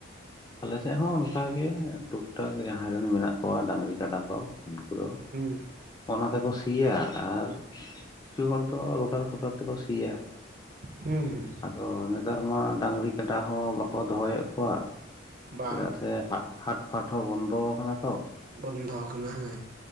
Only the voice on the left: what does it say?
ᱟᱞᱮ ᱥᱮᱜ ᱦᱚᱸ ᱚᱱᱠᱟ ᱜᱮ ᱴᱩᱠ ᱴᱟᱠ ᱡᱟᱦᱟᱸᱭ ᱨᱮᱱ ᱢᱮᱱᱟᱜ ᱠᱚᱣᱟ ᱰᱟᱹᱝᱨᱤ ᱠᱟᱰᱟ ᱠᱚ ᱩᱱᱠᱩ ᱫᱚ,
ᱚᱱᱟ ᱛᱮᱠᱚ ᱥᱤᱭᱟ ᱟᱨ ᱠᱤᱪᱩ ᱦᱚᱲ ᱫᱚ ᱨᱳᱴᱟᱨ ᱯᱷᱚᱴᱟᱨ ᱛᱮᱠᱚ ᱥᱤᱭᱟ?
ᱟᱫᱚ ᱱᱮᱛᱟᱨ ᱢᱟ ᱰᱟᱹᱝᱨᱤ ᱠᱟᱰᱟ ᱦᱚᱸ ᱵᱟᱠᱚ ᱫᱚᱦᱚᱭᱮᱫ ᱠᱚᱣᱟ
ᱪᱮᱫᱟᱜ ᱥᱮ ᱦᱟᱜ ᱦᱟᱴᱯᱷᱟᱴ ᱦᱚᱸ ᱵᱚᱱᱫᱚ ᱠᱟᱱᱟ ᱛᱚ᱾